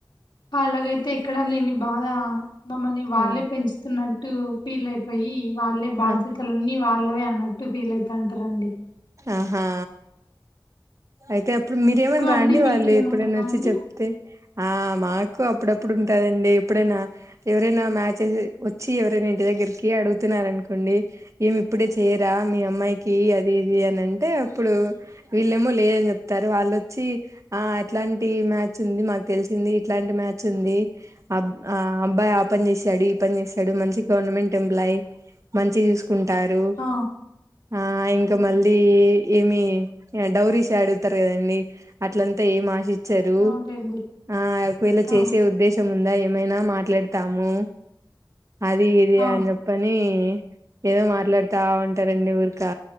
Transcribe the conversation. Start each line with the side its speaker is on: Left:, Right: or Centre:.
Left: వాళ్ళకైతే ఎక్కడా లేని బాధ మమ్మల్ని వాళ్ళే
Right: ఆ
Left: పెంచుతున్నా ట్టు ఫీల్ అయిపోయి వాళ్ళే బాధ్యతలన్నీ
Right: ఆ
Left: వాళ్ళవి అన్నట్టు ఫీల్ అయితంటారండి
Right: ఆహా అయితే అప్పుడు మీరేమన్నా
Left: మీకు
Right: రా అండి
Left: మీకేముండదా
Right: వాళ్ళు ఎప్పుడైనా వచ్చి
Left: అండి
Right: చెప్తే ఆ మాకు అప్పుడప్పుడు ఉంటదండి ఎప్పుడైనా ఎవరైనా మ్యాచెస్ వచ్చి ఎవరైనా ఇంటి దగ్గరికి అడుగుతున్నార అనుకోండి ఏమి ఇప్పుడే చేయరా మీ అమ్మాయికి అ ఇ అనంటే అప్పుడు వీళ్ళేమో లేదని చెప్తారు వాళ్ళుొచ్చి ఆ అట్లాంటి మ్యాచ్ ఉంది మాకు తెలిసింది ఇట్లాంటి మ్యాచ్ ఉంది అబ్ ఆ అబ్బాయి ఆ పని చేసాడు ఈ పని చేసాడు మంచి గవర్నమెంట్ ఎంప్లాయ్ మంచిగా చూసుకు కుంటారు
Left: ఆ
Right: ఆ ఇం
Left: ఆ!
Right: ఏ ఏమి డౌరీస్ అడుగుతారు కదండి అట్లంతా ఏం ఆశ చ్చారు
Left: అవునులేండి
Right: ఆ ఒక వేళ చేసే
Left: ఆ
Right: ఉద్దేశం ఉందా ఏమైనా మాట్లాడతాము అది ఇది
Left: ఆ
Right: అని చెప్పని ఏదో మాట్లాడుతా ఉంటారండి ఊరికా